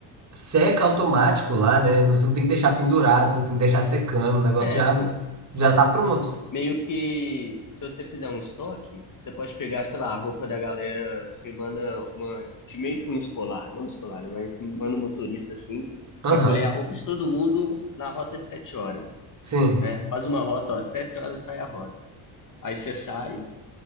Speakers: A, on the right; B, on the left.
A: seca automático lá, né? Não- Você não tem que deixar pendurado, você não tem que deixar secando, o negócio
B: é,
A: já,
B: pô,
A: já tá pronto.
B: Meio que se você fizer um estoque, você pode pegar, sei lá, a roupa da galera, você manda uma, de meio que um escolar, não um escolar, né, mas manda um motorista assim,
A: Aham,
B: recolher a roupa de todo mundo na rota de sete horas,
A: sim.
B: né? Faz uma rota, ó, sete horas sai a rota. Aí você sai,